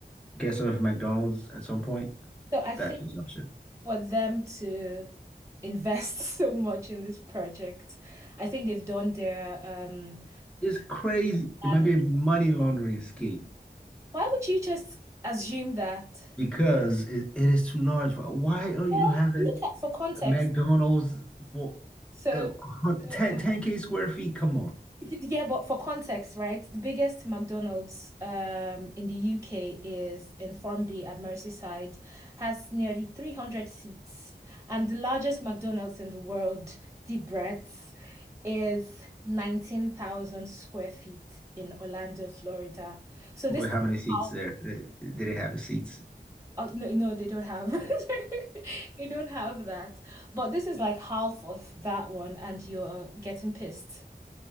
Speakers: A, in the centre; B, on the right.
A: get some of McDonald's at some point.
B: So I think
A: That's the assumption.
B: for them to invest <laughs> so much in this project, I think they've done their um
A: It's crazy. It might
B: analysis.
A: be a money laundering scheme
B: Why would you just assume that?
A: because it, it is too large. Why are you
B: Well,
A: having
B: look at for context.
A: McDonald's for
B: So,
A: uh,
B: so-
A: 10, ten k square feet. Come on.
B: yeah, but for context, right? The biggest McDonald's um in the UK is in Formby at Merseyside, has nearly 300 seats, and the largest McDonald's in the world, deep breaths, is 19,000 square feet in Orlando, Florida. So this
A: Well,
B: is
A: How many seats
B: half
A: there? Did they have the seats
B: Oh, no, no, they don't have. <laughs> They don't have that. But this is like half of that one, and you're getting pissed.